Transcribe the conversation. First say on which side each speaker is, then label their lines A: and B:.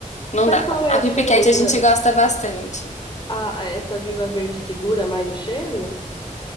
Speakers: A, on the left; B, on the left.
A: não
B: Mas
A: dá.
B: qual é
A: A
B: a diferença?
A: Pipiquete a gente gosta bastante.
B: A, a essa Viva Verde segura mais o cheiro?